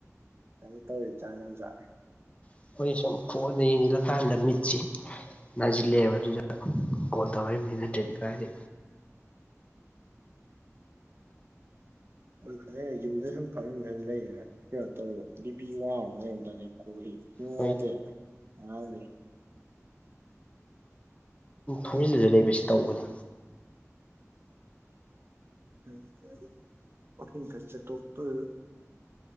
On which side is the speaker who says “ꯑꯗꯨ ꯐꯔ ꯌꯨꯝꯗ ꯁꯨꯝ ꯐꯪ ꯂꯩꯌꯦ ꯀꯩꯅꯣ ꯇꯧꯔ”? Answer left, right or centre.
Right